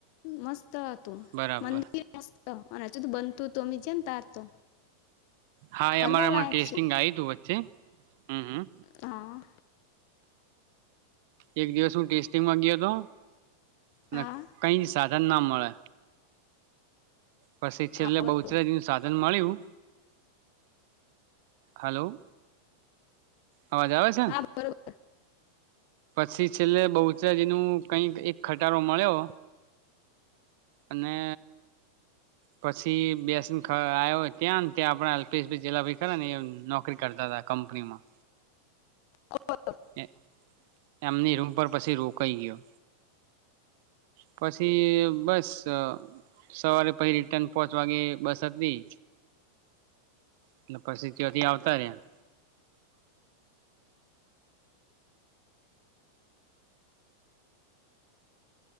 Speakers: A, on the left; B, on the right.
A: મસ્ત સ્ત હતું
B: બરાબર
A: મંદિર મસ્ત અને હજું બનતું હતું અમે જ્યાને તાર તો
B: હા એ
A: ફરવા
B: અમારે
A: લાયક
B: ટેસ્ટિંગ
A: છે
B: આયુ તું વચ્ચે હમ હમ
A: હા
B: એક દિવસ હું ટેસ્ટિંગમાં ગ્યો તો અને
A: હા
B: કઈ સાધન ના મળે પછી છેલ્લે
A: હા બરોબર
B: બઉચરાજીનું સાધન મળ્યું હલો. અવાજ આવે છે
A: હા બરોબર
B: પછી છેલ્લે બહુચરાજી નું કઈક એક ખટારો મળ્યો અને પછી બેસીને આવ્યો ત્યાં ને ત્યાં આપે અલ્પેશભાઈ જલાભઈ ખરા ને નોકરી કર દાદા કંપનીમાં
A: ઓ અ
B: એ એમની રૂમ પર પછી રોકાઈ ગયો. પછી અહ બસ તો સવારે પહિ રિટર્ન પોહચ વાગે બસ હતી એટલે પછી ત્યાં થી આવતા રયા.